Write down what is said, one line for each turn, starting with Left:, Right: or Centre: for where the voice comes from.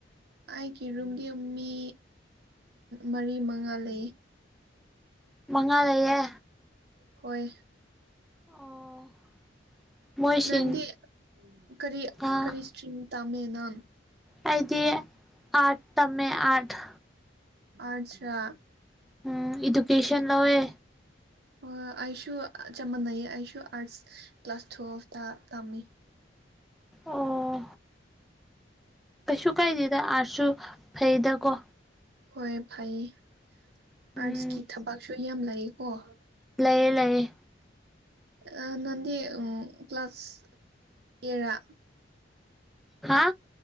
Right: ꯑꯩꯒꯤ ꯔꯨꯝꯗꯤ ꯃꯤ ꯃꯔꯤ ꯃꯉꯥ ꯂꯩꯌ‌ꯦ
Centre: ꯃꯉꯥꯂꯩꯌꯦ
Right: ꯍꯣꯏ
Centre: ꯑꯣ ꯃꯣꯏꯁꯤꯡ
Right: ꯅꯪꯗꯤ ꯀꯔꯤ
Centre: ꯑꯥ
Right: ꯀꯔꯤ ꯁ꯭ꯔꯤꯡ ꯇꯝꯃꯤꯅꫭ
Centre: ꯑꯩꯗꯤ ꯑꯥꯔꯠ ꯇꯝꯃꯦ ꯑꯥꯔꯠ
Right: ꯑꯆꯥ
Centre: ꯎꯝ ꯑꯦꯗꯨꯀꯦꯁꯟ ꯂꯧꯋꯦ
Right: ꯍꫭꯏ ꯑꯩꯁꯨ ꯆꯞ ꯃꯟꯅꯩꯌ‌ꯦ ꯑꯩꯁꯨ ꯑꯥꯔꯠꯁ ꯀ꯭ꯂꯥꯁ ꯊꯨꯑꯐꯇ ꯇꯝꯃꯤ
Centre: ꯑꯣ ꯀꯩꯁꯨ ꯀꯥꯏꯗꯦꯗ ꯑꯥꯔꯁꯨ ꯐꯩꯗꯀꯣ
Right: ꯍꯣꯏ ꯐꯩꯌꯦ ꯑꯥꯔꯠꯁꯀꯤ
Centre: ꯎꯝ
Right: ꯊꯕꯛꯁꯨ ꯌꯥꯝ ꯂꯩꯌ‌ꯦ ꯀꫭ
Centre: ꯂꯩꯌꯦ ꯂꯩꯌꯦ
Right: ꯑꯥ ꯅꯪꯗꯤ ꯎꯝ ꯀ꯭ꯂꯥꯁ ꯀꯌꯥꯔꯥ
Centre: ꯍꯥ